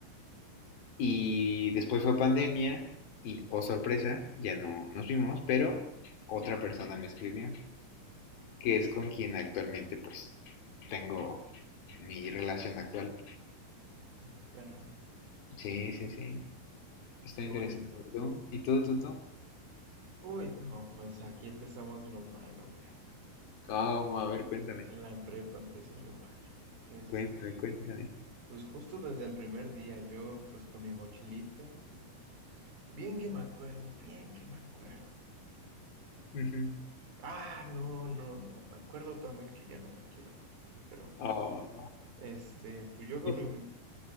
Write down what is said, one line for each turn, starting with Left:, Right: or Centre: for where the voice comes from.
Left: Y después fue pandemia y, oh sorpresa, ya no nos vimos, pero otra persona me escribió, que es con quien actualmente pues tengo mi relación actual.
Right: Ah, caray,
Left: Sí, sí, sí, está
Right: qué
Left: interesante.
Right: bonito.
Left: y ¿Tú? ¿Y tú, tú, tú?
Right: Uy, no, pues aquí empezamos lo malo, caray.
Left: ¿Cómo? A ver, cuéntame.
Right: En la prepa empieza lo malo. Este,
Left: Cuéntame, cuéntame.
Right: pues justo desde el primer día, yo pues con mi mochilita. Bien que me acuerdo, bien que me acuerdo.
Left: Ujú.
Right: Ah, no, no, no, me acuerdo también que ya no me quiero acordar. Pero,
Left: Oh,
Right: este, pues yo con
Left: es-
Right: mi,